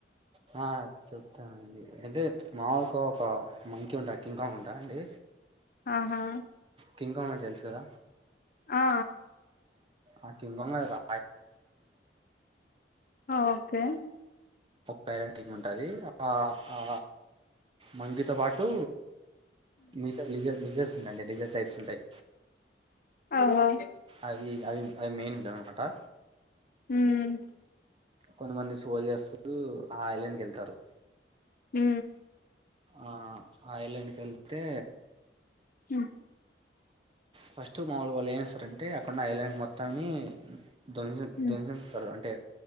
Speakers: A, on the right; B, on the left.
A: హా చ అంటే మామకో ఒక మంకి ఉంటా కింకాంగ్ ఉంటా అండి
B: ఆహా
A: కిం కాం అన్ జర
B: ఆ
A: ఆ కింగంగ్ కదా రా
B: ఓకే
A: పేరెంటింగ్ ఉంటుంది ఆ ఆ మంగితో పాటు మిగతా జ లెజర్స్ ఉంటండి లెజర్ టైప్స్ ఉంటాయి
B: ఆహా
A: అది అది అది మెయిన్ విళ అమాటా
B: ఉమ్
A: కొంతమంది సోల్జర్స్ ఆ ఐలాండ్ క వెళ్తారు
B: ఉ
A: ఆ ఆ ఇలేనికె తే
B: ఉమ్
A: ఫస్ట్ మాములుల్ళ ఏం సర అడి అంటే అక్కండా ఐలాండ్ మొత్తని అ ధ్వసం
B: ఉమ్
A: ధ్వసంస్తారు అంటే